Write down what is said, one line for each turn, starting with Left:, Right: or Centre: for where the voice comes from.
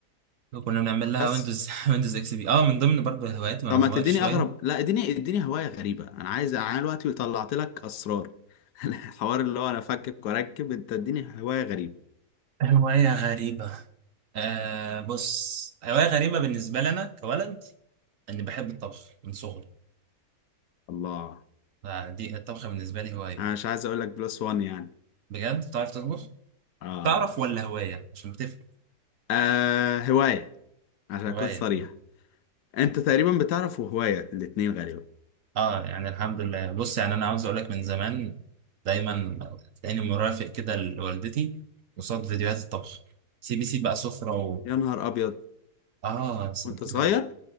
Right: وكنا بنعمل لها
Left: بس
Right: ويندوز <laughs> ويندوز اكس بي <laughs> اه من ضمن برضه هواياتي وانا
Left: طب
Right: صغير
Left: ما تديني
Right: شويه
Left: اغرب لا اديني اديني هواية غريبة انا عايز انا دلوقتي طلعت لك اسرار <laughs> الحوار اللي هو انا افكك واركب انت اديني هواية غريبة
Right: هواية غريبة آه بص هواية غريبة بالنسبة لنا كولد اني بحب الطبخ من صغري
Left: الله
Right: آه، دي الطبخ بالنسبه لي هوايه
Left: انا مش عايز اقول لك بلس وان يعني
Right: بجد بتعرف تطبخ
Left: اه,
Right: تعرف ولا هوايه عشان بتفرق
Left: آه هواية عشان اكون
Right: هوايه
Left: صريح انت تقريبا بتعرف وهواية الاتنين غالبا
Right: اه يعني الحمد لله بص يعني انا عاوز اقول لك من زمان دايما تلاقيني مرافق كده لوالدتي قصاد فيديوهات الطبخ سي بي سي بقى سفره و...
Left: يا نهار ابيض
Right: اه س-
Left: وانت
Right: كنت
Left: صغير
Right: بحب